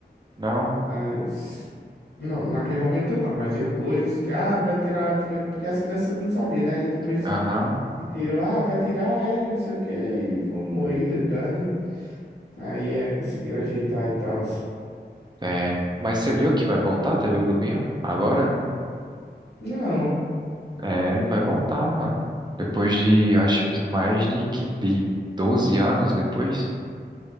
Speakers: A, on the right; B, on the left.
A: Não?
B: Mas. Não, naquele momento não, mas depois, ah, vai tirar a TV, porque as crianças não sabiam, né? E depois.
A: Aham.
B: E tirou, ah, vai tirar, é, não sei o quê. E foi um moído grande. Aí é, conseguiram ajeitar e tal.
A: É. Mas você viu que vai voltar a TV Globinho agora?
B: Não,
A: É, vai voltar, mano. Depois de, eu acho que mais de, qui- de 12 anos depois,